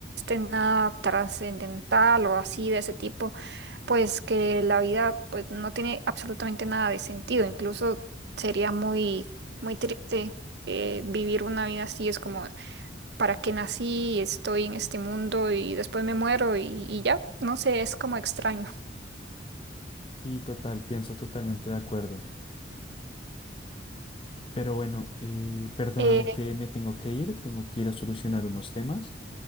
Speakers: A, on the right; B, on the left.
A: nada trascendental o así de ese tipo, pues que la vida pues no tiene absolutamente nada de sentido, incluso sería muy muy triste eh, vivir una vida así, es como para qué nací, estoy en este mundo y después me muero y, y ya, no sé, es como extraño.
B: Sí, total, pienso totalmente de acuerdo. Pero bueno, eh, perdóname
A: Eh,
B: que me tengo que ir, tengo que ir a solucionar unos temas,